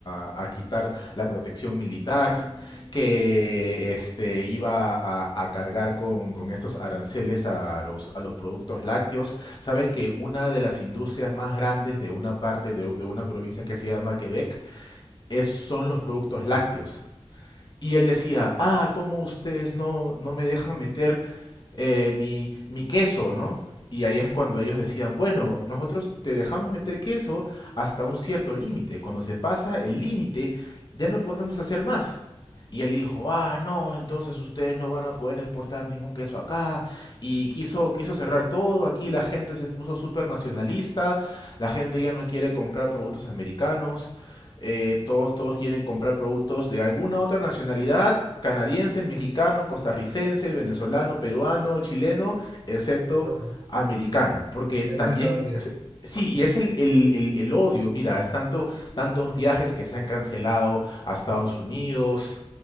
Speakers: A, on the left; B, on the right.
A: a, a quitar la protección militar, que este, iba a, a cargar con, con estos aranceles a los, a los productos lácteos. Sabes que una de las industrias más grandes de una parte de, de una provincia que se llama Quebec es, son los productos lácteos. Y él decía, ah, ¿cómo ustedes no, no me dejan meter eh, mi, mi queso, ¿no? Y ahí es cuando ellos decían, bueno, nosotros te dejamos meter queso hasta un cierto límite. Cuando se pasa el límite, ya no podemos hacer más. Y él dijo, ah, no, entonces ustedes no van a poder exportar ningún queso acá. Y quiso, quiso cerrar todo. Aquí la gente se puso súper nacionalista. La gente ya no quiere comprar productos americanos eh, todos, todos quieren comprar productos de alguna otra nacionalidad, canadiense, mexicano, costarricense, venezolano, peruano, chileno, excepto
B: Bueno,
A: americano, porque
B: menos
A: también
B: estadounidenses.
A: es- Sí, y es el, el- el- el odio, mira, es tanto, tantos viajes que se han cancelado a Estados Unidos.